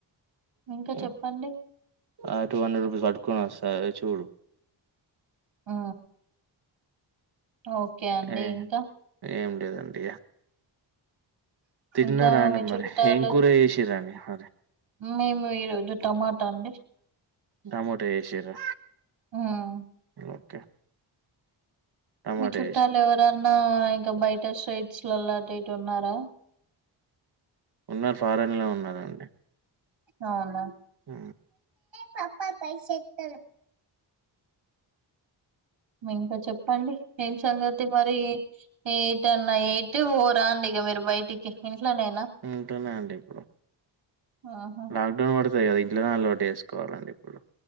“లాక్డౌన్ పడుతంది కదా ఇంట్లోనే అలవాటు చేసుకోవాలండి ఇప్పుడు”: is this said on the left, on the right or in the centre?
Right